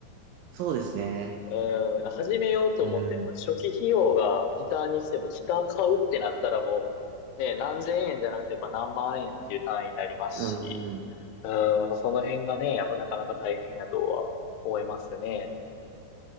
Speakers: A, on the right; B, on the left.
A: そうですね。
B: うん、始めようと思っても、
A: うん、
B: 初期費用がギターにしても、ギター買うってなったらもう、ね、何千円じゃなくて、やっぱ何万円っていう単位になりますし、
A: うん、うん。
B: うん、やっぱその辺がね、やっぱなかなか大変やとは思いますね。